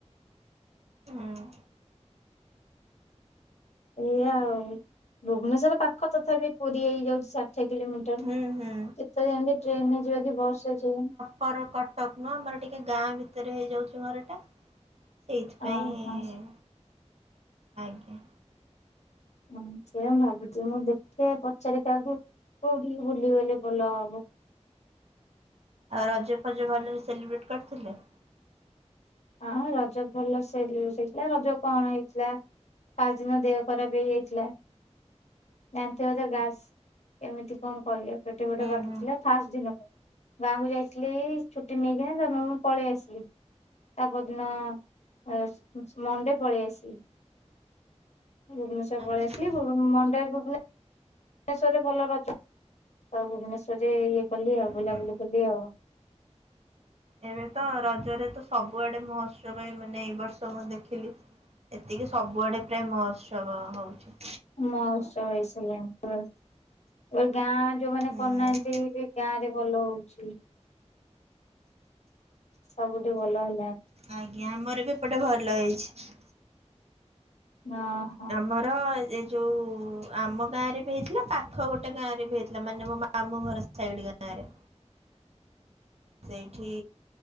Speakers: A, on the right (about 60°); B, on the left (about 70°).
A: ହୁଁ।
B: ଏଇଆ ଆଉ। ଭୁବନେଶ୍ଵର ପାଖ ତଥାପି ପୁରୀ ହେଇଯାଉଛି ଚା ଠାଏ କିଲୋମିଟର। କେତେବେଳେ
A: ହୁଁ ହୁଁ।
B: କେମିତି ଟ୍ରେନରେ ଯାଇକି ବସ୍ ରେ ଯାଉ
A: ଘର କଟକ ନୁଉଁ ଆମର ଟିକେ ଗାଁ ଭିତରେ ହେଇଯାଉଛି ଘର ଟା। ଏଇଥିପାଇଁ
B: ଓହୋ।
A: ଆଜ୍ଞା।
B: ହଁ ସେଇଆ ମୁଁ ଭାବୁଛି ମୁଁ ଦେଖେ ପଚାରେ କାହାକୁ କୋଉଠିକି ବୁଲିଗଲେ ଭଲ ହବ।
A: ଆଉ ରଜ ଫଜ ଭଲରେ ସେଲିବ୍ରେଟ କରିଥିଲେ?
B: ହଁ ରଜ ଭଲ ସେଲିବ୍ରେସ ହେଇଥିଲା। ରଜ କଣ ହେଇଥିଲା ଫାଷ୍ଟ ଦିନ ଦେହ ଖରାପ ହେଇଯାଇଥିଲା। ଜାଣିଥିବ ତ ଗ୍ୟାସ କେମିତି କଣ କରିବା? ପେଟ ଫେଟ
A: ହୁଁ
B: କାଟିୁଥିଲା
A: ହୁଁ
B: ଫାଷ୍ଟ ଦିନ ପା। ଗାଁକୁ ଯାଇଥିଲି ଛୁଟି ନେଇକିଣା ତା ପର ମୁଁ ପଳେଇ ଆସିଲି। ତା ପରଦିନ ଆ ମଣ୍ଡେ ପଳେଇ ଆସିଲି। ଭୁବନେଶ୍ୱର
A: ଆଚ୍ଛା
B: ପଳେଇ ଆସିଲି। ମଣ୍ଡେ ଭୁବନେ ନେଶ୍ଵରରେ ଭଲ ରଜ ଆ ଭୁବନେଶ୍ଵରରେ ଏ କଲି
A: ହୁଁ
B: ଆଉ ବୁଲାବୁଲି
A: ହୁଁ।
B: କଲି ଆଉ।
A: ଏବେ ତ ରଜରେ ତ ସବୁଆଡେ ମହୋତ୍ସବ ଏ ମାନେ ଏଇ ବର୍ଷ ମୁଁ ଦେଖିଲି। ଏତିକି ସବୁଆଡେ ପ୍ରାୟ ମହୋତ୍ସବ ହଉଛି।
B: ମହୋତ୍ସବ ହେଇସାରିଲିଣି। ମୁଁ କହିଲି ଗାଁ ଯୋଉମାନେ
A: ହୁଁ
B: କରୁନାହନ୍ତି ବି ଗାଁ ରେ ଭଲ ହଉଛି। ସବୁଠି ଭଲ ହେଲା ନି।
A: ଆଜ୍ଞା ଆମର ବି ଏପଟେ ଭଲ ହେଇଛି।
B: ହଁ।
A: ଆମର ଏଜ୍ ଯୋଉ ଆମ ଗାଁରେ ବି ହେଇଥିଲା ପାଖ ଗୋଟେ ଗାଁ ରେ ବି ହେଇଥିଲା ମାନେ ମୋ ମାମୁଁ ଘର ସାଇଡ ଗତ ଆଡେ।
B: ହ
A: ସେଇଠି